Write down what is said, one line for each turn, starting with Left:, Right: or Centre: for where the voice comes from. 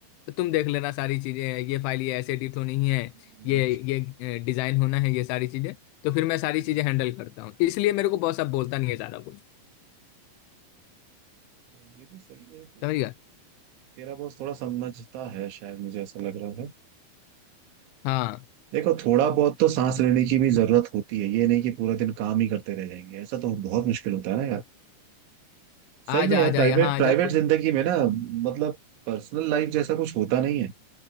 Left: तो तुम देख लेना सारी चीजें ये फाइल ये ऐसे एडिट होनी है
Right: हम्म,
Left: ये
Right: अच्छा
Left: ये डिजाइन होना है ये सारी चीजें तो फिर मैं सारी
Right: हम्म,
Left: चीजें हैंडल करता हूँ इसलिए मेरे को बॉस अब बोलता नहीं है ज्यादा कुछ
Right: तो ये भी सही है फिर।
Left: समझ गया
Right: तेरा बॉस थोड़ा समझता है शायद मुझे ऐसा लग रहा है
Left: हाँ
Right: देखो थोड़ा बहुत तो सांस लेने की भी जरूरत होती है ये नहीं कि पूरा दिन काम ही करते रह जाएंगे ऐसा तो बहुत मुश्किल होता है ना यार सही
Left: आ
Right: में
Left: जा
Right: यार
Left: आ
Right: प्राइवेट
Left: जा यहाँ
Right: प्राइवेट
Left: आ जा कोई
Right: जिंदगी में ना मतलब पर्सनल लाइफ जैसा कुछ होता नहीं है